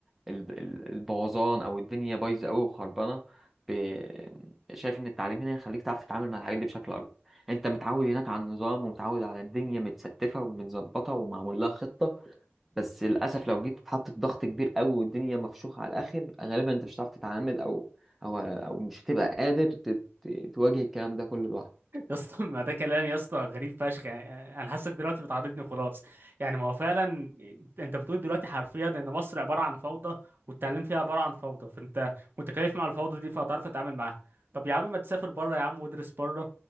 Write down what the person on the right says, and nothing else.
يا اسطى ما ده كلام يا اسطى غريب فشخ يعني انا حاسك دلوقتي بتعاردني وخلاص يعني ما هو فعلا انت بتقول دلوقتي حرفيا ان مصر عباره عن فوضى والتعليم فيها عباره عن فوضى فانت متكيف مع الفوضى دي فهتعرف تتعامل معاها طب يا عم ما تسافر بره يا عم وادرس بره